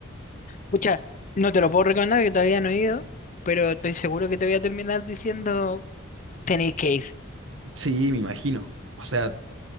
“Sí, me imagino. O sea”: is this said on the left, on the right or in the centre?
Right